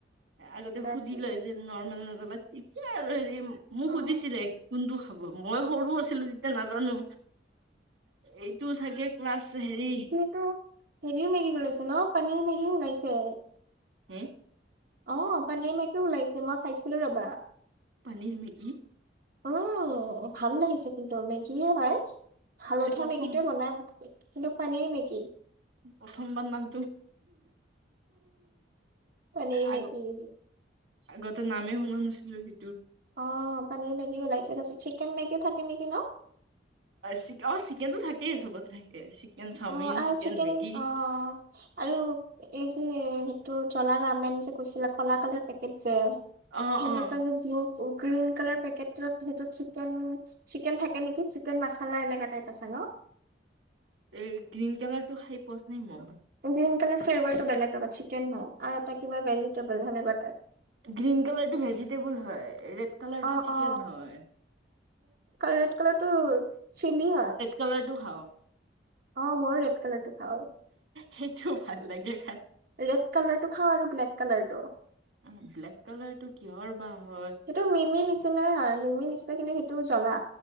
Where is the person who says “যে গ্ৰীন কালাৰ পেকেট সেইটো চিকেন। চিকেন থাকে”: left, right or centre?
Right